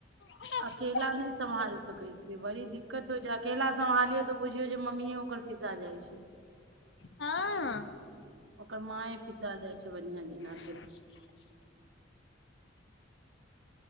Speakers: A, on the left; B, on the right.
A: ह <unintelligible>
B: अकेला नहि सम्हाल सकै छियै बड़ी दिक्कत होय छै अकेला समहालियो तऽ बुझिऔ जे मम्मीओ ओकर पिसा जाय छै
A: हँ
B: <unintelligible> ओकर माँए पिसा जाइ छै <unintelligible>
A: <unintelligible>